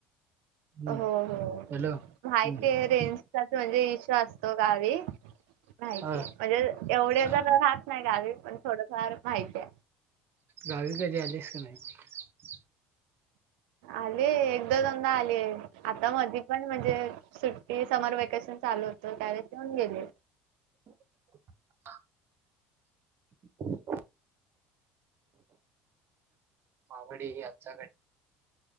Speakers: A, on the right; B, on the right.
A: हम्म
B: हो हो
A: हॅलो हम्म
B: माहिती
A: हम्म
B: आहे रेंजच म्हणजे इश. असतो गावी माहिती
A: हा
B: म्हणजे एवढ
A: हा
B: तर राहात नाही गावी. पण थोडंफार माहिती आहे.
A: गावी कधी आलेस का नाही?
B: आले एकदा दोनदा आले आता मधी पण म्हणजे सुट्टी समर वेकेशन चालू होतं त्यावेळे येऊन गेले.
A: <unintelligible> मावडे हे आचाकडे,